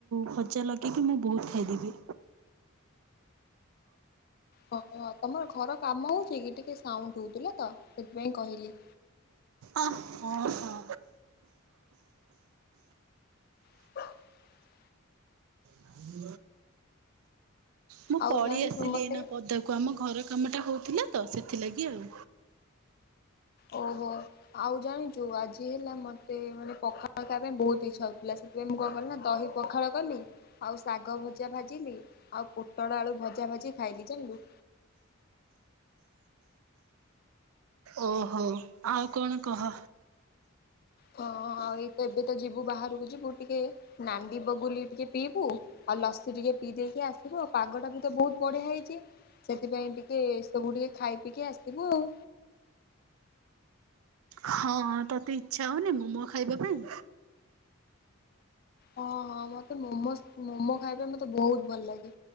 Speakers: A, on the right; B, on the left.
A: ଭଜା ଲଗେଇକି ମୁଁ ବହୁତ ଖାଇଦେବି।
B: ହ ତମର ଘର କାମ ହଉଛି କି ଟିକେ ସାଉଣ୍ଡ ହଉଥିଲା ତ ସେଥିପାଇଁ କହିଲି।
A: ଅଁ ହଁ ହଁ।
B: <inaudible>
A: <unintelligible> ମୁଁ
B: ଆଉ
A: ପଳେଇ
B: ଜାଣିଛୁ
A: ଆସିଲି
B: ମତେ
A: ଏଇନା ପଦା। କୁ ଆମ ଘର କାମଟା ହଉଥିଲା ତ ସେଥିଲାଗି ଆଉ।
B: ଓହୋ। ଆଉ ଜାଣିଛୁ ଆଜି ହେଲା ମତେ ମାନେ ପଖାଳ ଖାଇବା ପାଇଁ ବହୁତ ଇଛା ହଉଥିଲା ସେଥିପାଇଁ ମୁଁ କଣ ନା ଦହି ପଖାଳ କଲି ଆଉ ଶାଗ ଭଜା ଭାଜିଲି ଆଉ ପୋଟଳ ଆଳୁ ଭଜା ଭାଜି ଖାଇଲି ଜାଣିଲୁ।
A: ଓହୋ ଆଉ କଣ କହ?
B: ହଁ ଆଉ ଏଇ ତ ଏବେ ତ ଯିବୁ ବାହାରକୁ ଯିବୁ ଟିକେ ନାନ୍ଡୀ ବଗୁଲି ଟିକେ ପିଇବୁ। ଆଉ ଲସି ଟିକେ ପିଇ ଦେଇକି ଆସିବୁ ଆଉ। ପାଗ ଟା ବି ତ ବହୁତ ବଢିଆ ହେଇଛି। ସେଥିପାଇଁ ଟିକେ ସବୁ ଟିକେ ଖାଇ ପିକି ଆସିଥିବୁ ଆଉ
A: ହଁଁ ତତେ ଇଚ୍ଛା ହଉନି ମୋମୋ ଖାଇବା ପାଇଁ
B: ହଁ ହଁ ମତେ ମୋମୋଜ୍ ମୋମୋ ଖାଇବା ମତେ ବହୁତ ଭଲ ଲାଗେ।